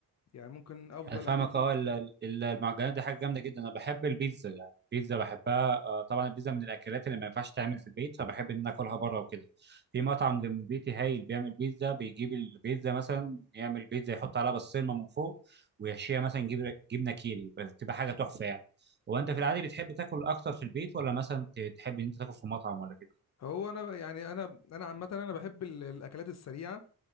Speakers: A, on the left; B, on the right.
A: يعني ممكن افضل
B: انا فاهمك
A: اكل فيهم
B: اه
A: كتير
B: ال- ال- المعجنات دي حاجه جامده جدا انا بحب البيتزا يعني البيتزا بحبها آه، طبعا البيتزا من الاكلات اللي ما ينفعش تعمل في البيت فبحب ان أنا اكلها بره وكده في مطعم جنب بيتي هايل بيعمل بيتزا بيجيب البيتزا مثلا يعمل بيتزا يحط عليها بسطرمه من فوق ويحشيها مثلا جبنه جبنه كيري بتبقى حاجه تحفه يعني هو انت في العادي بتحب تاكل اكتر في البيت ولا مثلا ت- تحب ان انت تاكل في مطعم ولا كده
A: هو انا يعني انا انا عامه انا بحب ال- الاكلات السريعه